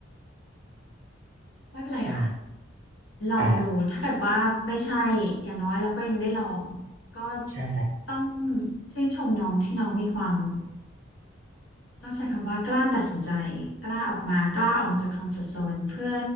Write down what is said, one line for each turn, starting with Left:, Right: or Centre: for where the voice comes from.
Right: <laughs>
Left: ไม่เป็นไรค่ะ
Right: ใช่
Left: ลองดูถ้าเกิดว่าไม่ใช่อย่างน้อยเราก็ยังได้ลอง
Right: อ่า
Left: ก็
Right: ใช่
Left: ต้องชื่นชมน้องที่น้องมีความ ต้องใช้คำว่ากล้าตัดสินใจกล้าออกมากล้าออกจากคอมฟอร์ z โซนเพื่อ